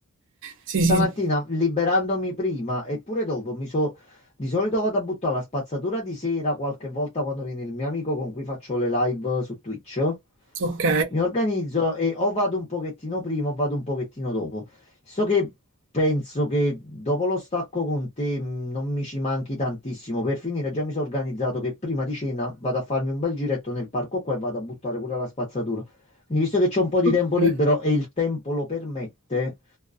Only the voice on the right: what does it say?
sì,
sì,
ok.
Ok.